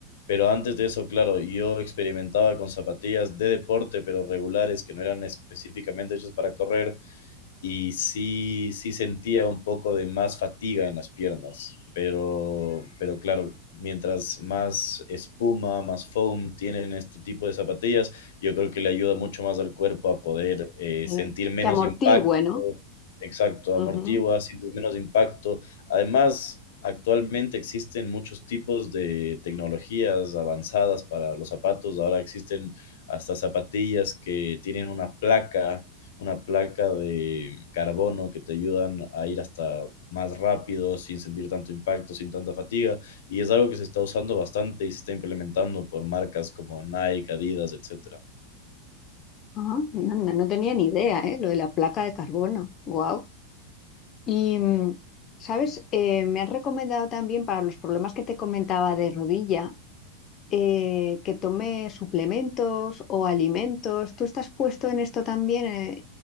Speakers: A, on the left; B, on the left.
A: pero antes de eso, claro, yo experimentaba con zapatillas de deporte, pero regulares, que no eran específicamente hechas para correr, y sí, sí sentía un poco de más fatiga en las piernas, pero, pero claro, mientras más espuma, más foam tienen este tipo de zapatillas, yo creo que le ayuda mucho más al cuerpo a poder eh,
B: Eh,
A: sentir menos
B: que amortigüe,
A: impacto
B: ¿no?
A: Exacto, amortigua,
B: Ujú.
A: sientes menos impacto. Además, actualmente existen muchos tipos de tecnologías avanzadas para los zapatos. Ahora existen hasta zapatillas que tienen una placa, una placa de carbono que te ayudan a ir hasta más rápido, sin sentir tanto impacto, sin tanta fatiga. Y es algo que se está usando bastante y se está implementando por marcas como Nike, Adidas, etcétera.
B: Ah, no, no- no tenía ni idea, ¿eh? Lo de la placa de carbono. Wow. Y, mm, ¿sabes? Eh, me han recomendado también para los problemas que te comentaba de rodilla, eh, que tome suplementos o alimentos. ¿Tú estás puesto en esto también? eh,